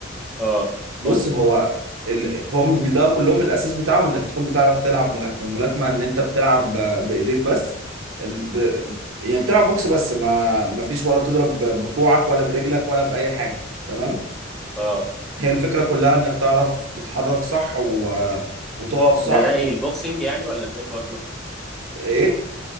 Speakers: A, in the centre; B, on the right.
A: اه
B: بص
A: قول لي
B: هو ال... هم ده كلهم الاساس بتاعهم انك تكون بتعرف تلعب ملاكمه الملاكمه ان انت بتلعب ب- بايديك بس ال... ب... يعني بتلعب بوكس بس ما ما فيش ولا بتضرب ب- بكوعك ولا برجلك ولا باي حاجه تمام
A: اه
B: هي الفكره كلها انك تعرف تتحرك صح و... وتقف صح
A: ده ده ايه
B: و...
A: البوكسنج يعني ولا ده الملاكمة
B: ايه